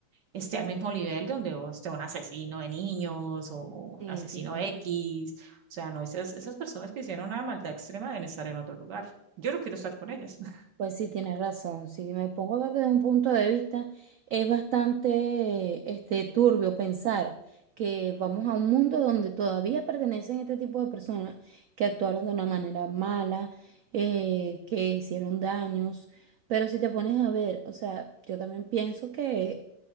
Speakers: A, on the right; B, on the right.
A: esté al mismo nivel donde o esté un asesino de niños o
B: Sí,
A: un asesino
B: sí, tiene-
A: X. O sea, no, esas, esas personas que hicieron una maldad extrema deben estar en otro lugar. Yo no quiero estar con ellas. <laughs>
B: Pues sí, tienes razón. Si me pongo a ver desde un punto de vista, es bastante este, turbio pensar que vamos a un mundo donde todavía pertenecen este tipo de personas que actuaron de una manera mala, eh, que hicieron daños. Pero si te pones a ver, o sea, yo también pienso que